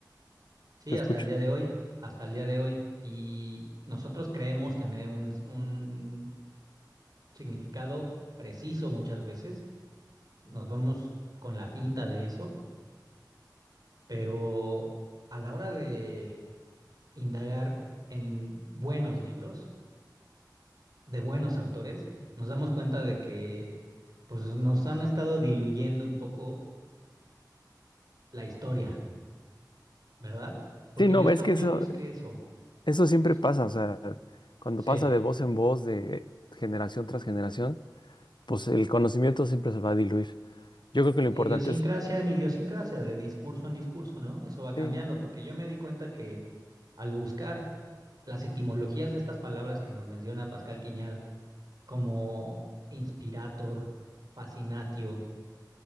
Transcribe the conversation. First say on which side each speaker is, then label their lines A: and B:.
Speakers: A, on the right (about 60°); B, on the left (about 85°).
A: sí,
B: te
A: hasta
B: escucho.
A: el día de hoy, hasta el día de hoy, y nosotros creemos tener un, un significado preciso muchas veces, nos vamos con la finta de eso, pero a la hora de indagar en buenos libros, de buenos autores, nos damos cuenta de que pues nos han estado diluyendo un poco la historia, ¿verdad? Porque
B: Sí, no,
A: yo estaba,
B: es que
A: yo
B: eso,
A: busqué eso,
B: Eso siempre
A: yo busqué,
B: pasa, o sea, cuando
A: sí,
B: pasa de voz en voz, de generación tras generación, pues el conocimiento siempre se va a diluir. Yo creo que
A: y
B: lo
A: de
B: importante
A: idiosincrasia
B: es,
A: en idiosincrasia, de discurso en discurso, ¿no? Eso va cambiando,
B: sí,
A: porque yo me di cuenta que al buscar las etimologías de estas palabras que nos menciona Pascal Quiñard, como inspirator, fascinatio,